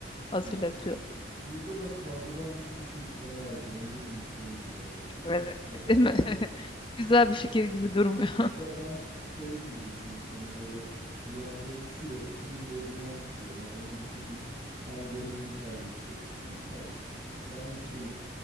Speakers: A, on the left; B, on the right.
A: hatırlatıyor.
B: Ya burada da fazladan bir kişi istemezdim. Eminim istemeyeceğim ya.
A: Evet.
B: Hepsine Bağlan.
A: Değil mi? <laughs> Güzel bir fikir gibi durmuyor.
B: Ya sanki şey gibi düşünmüş hani böyle rüyamda uçuyoruz senin de elinden tutuyorum anladın mı? İkimiz aynı deneyimi paylaşıyoruz. Yok kardeşim tamam, ben uçayım.